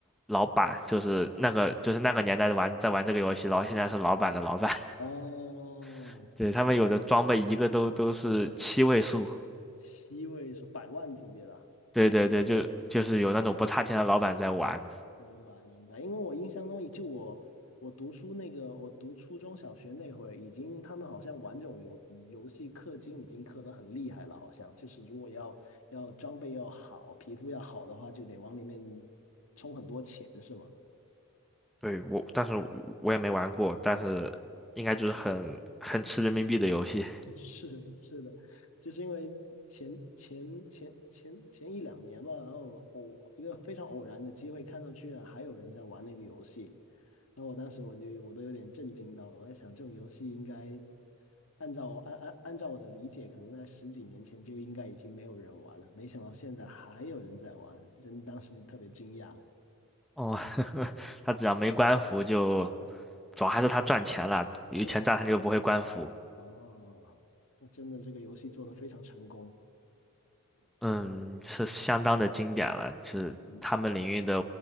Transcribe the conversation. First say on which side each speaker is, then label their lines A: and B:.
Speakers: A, in the centre; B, on the left (about 70°).
A: 老板，就是那个就是那个年代玩在玩这个游戏，然后现在是老板的老板，
B: 哦，
A: <laughs> 对，他们有的装备一个都都是七位数，
B: 七位数，百万级别的啊。
A: 对对对，就就是有那种不差钱的老板在玩，
B: 嗯，明白明白。因为我印象中，就我我读书那个，我读初中小学那会儿，已经他们好像玩这种游游戏氪金已经氪得很厉害了，好像就是如果要要装备要好，皮肤要好的话，就得往里面充很多钱，是吗？
A: 对我，但是我我也没玩过，但是应该就是很很吃人民币的游戏，
B: 对是的，是的，就是因为前前前前前一两年吧，然后偶一个非常偶然的机会看到，居然还有人在玩那个游戏，然后我当时我就我都有点震惊到了，我在想这种游戏应该按照按按按照我的理解，可能在十几年前就应该已经没有人玩了，没想到现在还有人在玩，真当时就特别惊讶。
A: <laughs> 哦，他只要没官服就。主要还是他赚钱了，有钱赚他就不会官服。
B: 是，哦，那真的这个游戏做得非常成功，
A: 嗯，是相当的经典了，是他们领域的
B: 蛮经典的，